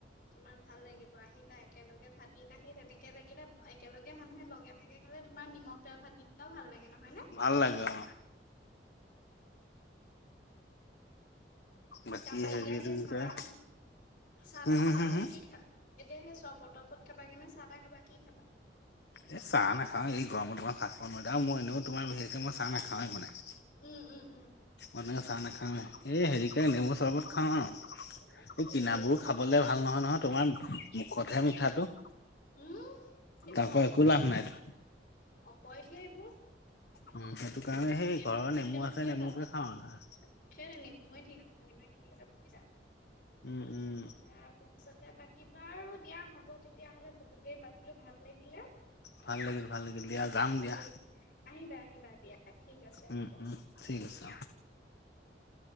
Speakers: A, on the left; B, on the left.
A: তোমাৰ ভাল লাগিব আহিবা একেলগে ভাতগেইটা সেই তেনেকে লাগিলে একেলগে মানুহে লগে ভাগে। হ'লে তোমাৰ নিমখ তেল ভাতকেইটাও ভাল লাগে নহয়নে।
B: ভাল লাগে অ বাকী
A: তাৰপা
B: হেৰি
A: এতিয়া
B: এইটো
A: হেই
B: কি
A: চাহ
B: কয়
A: তাহ চাহ
B: হম
A: তাহ
B: হম
A: খাবা
B: হম হম
A: নে কি খা এতিয়া সেই চবত তবত খাবাগে নে চাহ তাহ খাবা কি খাবা
B: এ চাহ নাখাও এই গৰমত ধৰা ভাত খাব নাৱাই আৰু মই এনেও তোমাৰ বিশেষকে মই চাহ নাখাওে মানে
A: উম উম উম
B: মানে চাহ নাখাওৱে এই হেৰিকে নেমু চৰবত খাওঁ আৰু এই
A: উম
B: কিনাবোৰ
A: উম।
B: খা বলে ভাল নহয় নহয় তোমাৰ মুখতহে মিঠাটো
A: উম এইবোৰ
B: তাৰপৰা
A: অপয়হে
B: একো লাভ নাইতো
A: অপয়হে এইবোৰ
B: উম সেইটো কাৰণে সেই
A: এইবোৰ
B: ঘৰৰ
A: খোৱাতকে
B: নেমু
A: নোখোৱাই
B: আছে নেমুকে
A: ভাল।
B: খাও এটা
A: সেইটোৱে নেমুৱে ঠিক আছে নেমুৱে ঠিক আছে বুজিছা
B: উম উম
A: তাৰ পিছতে বাকী বাৰু দিয়া হ'ব তেতিয়া হ'লে বহুত দেৰি পাতিলো ভাল লাগিলে
B: ভাল লাগিল ভাল লাগিল দিয়া যাম
A: ঠিক
B: দিয়া
A: আহিবা আহিবা দিয়া ঠিক আছে
B: উম
A: হ'ব
B: উম ঠিক
A: উম
B: আছে
A: উম